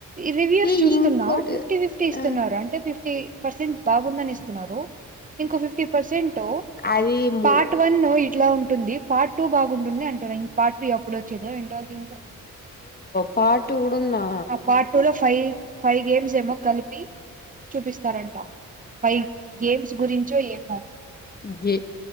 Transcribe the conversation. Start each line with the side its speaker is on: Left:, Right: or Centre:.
Right: రివ్యూస్
Left: ఏ
Right: చూస్తున్నా
Left: ఇంకోటి
Right: ఫిఫ్టీ ఫిఫ్టీ ఇస్తున్నారు
Left: ఆ
Right: అంటే ఫిఫ్టీ పర్సెంట్ బాగుందని ఇస్తున్నారు ఇంకో ఫిఫ్టీ పర్సెంట్
Left: అది మూ
Right: పార్ట్ వన్ ఇట్లా ఉంటు ఉంటుంది పార్ట్ టూ బాగుంటుంది అంటారా ఇంక పార్ట్ త్రీ అప్పుడు వచ్చేదో ఏంటో దీంతో
Left: పార్ట్ టూ కూడా ఉందా
Right: పార్ట్ టూ లో ఫైవ్ ఫైవ్ గేమ్స్ ఏమో కలిపి చూపిస్తారంట పై గేమ్స్ గురించో ఏమె
Left: గె